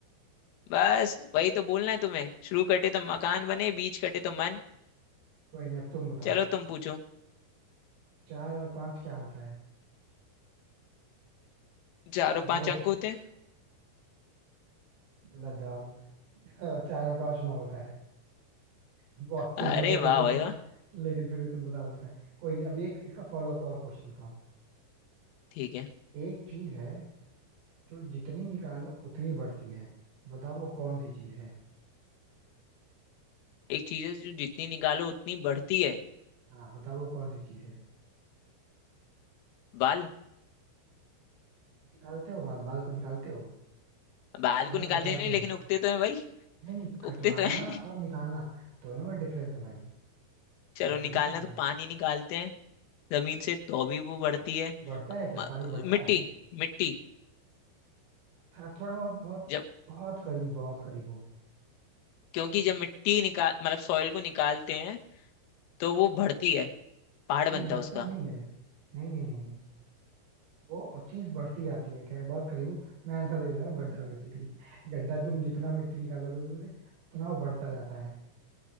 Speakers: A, on the left; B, on the right.
A: बस वही तो बोलना है तुम्हें शुरू कटे तो मकान बने बीच कटे तो मन
B: कोई नहीं अब तुम बताओ
A: चलो तुम पूछो
B: चार और पांच क्या होता है
A: चारों पांच
B: दो
A: अंक होते हैं
B: गलत जवाब हाँ, चार और पांच नौ होता है बहुत सिंपल
A: अरे
B: था क्वेश्चन
A: वाह भाई
B: था
A: वाह
B: लेकिन फिर भी तुम बता नहीं पाए कोई नहीं अभी एक इसका फॉलो अप और क्वेश्चन बताओ
A: ठीक है
B: एक चीज है जो जितनी निकालो उतनी बढ़ती है बताओ वो कौन सी चीज है
A: एक चीज है जो जितनी निकालो उतनी बढ़ती है
B: हाँ बताओ वो कौन सी चीज है
A: बाल
B: निकालते हो बाल बाल को निकालते हो
A: बाल को
B: बाल
A: निकालते
B: कटवाते
A: नहीं
B: हो
A: लेकिन उगते तो है भाई
B: नहीं नहीं कटवाना
A: उगते तो है <laughs>
B: और निकालना दोनों में डिफरेंस है भाई
A: चलो
B: ऐसे
A: निकालना
B: नहीं चलेगा
A: तो पानी निकालते हैं जमीन से तो भी वो बढ़ती
B: तो
A: है
B: बढ़ता है क्या
A: म-
B: पानी बढ़ता
A: मिट्टी
B: है
A: मिट्टी
B: हाँ थोड़ा बहुत बहुत
A: जब
B: बहुत करीब बहुत करीब हो
A: क्योंकि जब मिट्टी निकाल मतलब सॉइल को निकालते हैं तो वो बढ़ती है पहाड़
B: नहीं
A: बनता
B: बढ़ता
A: है उसका
B: नहीं है नहीं नहीं नहीं नहीं वो चीज बढ़ती जाती है खैर बहुत करीब हो मैं आंसर दे देता हूँ गड्ढा बेसिकली <laughs> गड्ढा तुम जितना मिट्टी निकालोगे उसमें से उतना वो बढ़ता जाता है